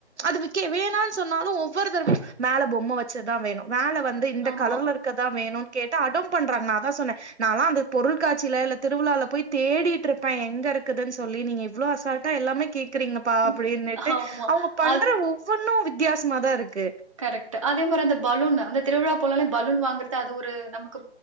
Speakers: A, on the right; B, on the right.
A: அது விக்கே வேணானு சொன்னாலு ஒவ்வொருத்தருக்கு மேல பொம்ம வச்சதுதா வேணு மேல வந் இந்த
B: ஆமா.
A: கலர்ல இருக்கதா வேணும்னு கேட்டு அடோம் பண்றாங்க நா அதா சொன்னே நாலா அந்த பொருள்காட்சியில இல்ல திருவிழால போயி தேடிட்டு இருப்பே எங்க இருக்குதுன்னு சொல்லி நீங்க எவ்ளோ அசால்டா எல்லாமே கேக் றீங்கப்பா
B: ம்.
A: அப்டின்ட்டு
B: ஆமா.
A: அவுங்க பண்ற
B: அது
A: ஒவ்வொன்னு வித்தியாசமாதா இருக்கு
B: கரெக்டு அதே மாரி அந்த பலூனு அந்த திருவிழா போனாலே பலூன் வாங்குறது அது ஒரு நமக்கு